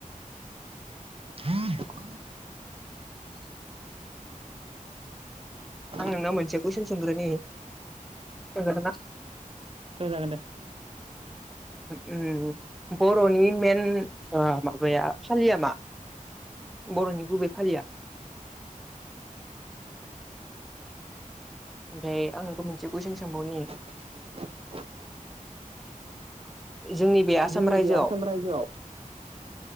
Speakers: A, on the right; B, in the centre.
A: <unintelligible> <inaudible>
B: आं नोंनिआव मोनसे कुइसन सोंग्रोनि <unintelligible>
A: औ जागोन दे
B: उम बर'नि मेन अ माबाया फालिया मा? बर'नि गुबै फालिया ओमफ्राय आं नोंखौ मोनसे कुइसन सोंबावनि?
A: <unintelligible>
B: जोंनि बे आसाम
A: जोंनि
B: रायजोआव
A: बे आसाम रायजोआव